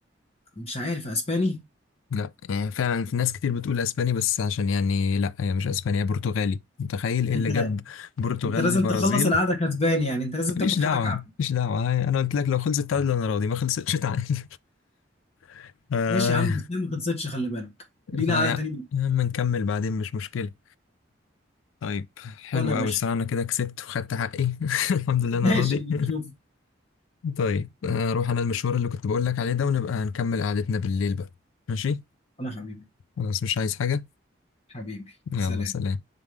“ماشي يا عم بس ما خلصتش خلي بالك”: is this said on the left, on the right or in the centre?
Left